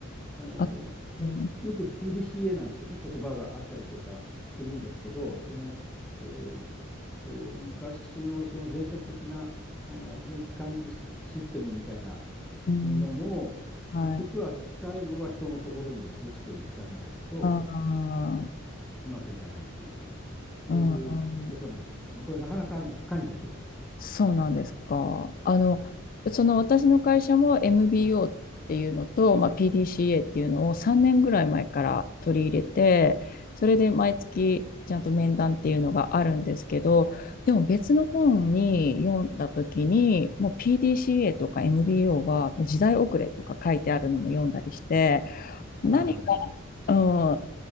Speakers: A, in the centre; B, on the left.
A: あの、
B: あ、
A: まあ、
B: うん、
A: よく PDCA なんてね、言葉があったりとかするんだけど、その、えーっと、昔のその前者的な、あの、品質管理シシステムみたいな
B: うん
A: ものも、
B: はい、
A: 結局は最後は人のところに落ちていかないと、
B: あー、
A: あの、うまくいかないっていう、そういうことなんですけどね。
B: うん、うん
A: これなかなかね、深いんですよ。
B: そうなんですか。あの、その私の会社も MBO っていうのと、まあ、PDCA っていうのを3年ぐらい前から取り入れて、それで毎月ちゃんと面談っていうのがあるんですけど、でも別の本に読んだ時に、もう PDCA とか MBO はもう時代遅れとか書いてあるのも読んだりして、
A: はあはあはあ
B: 何か、うん、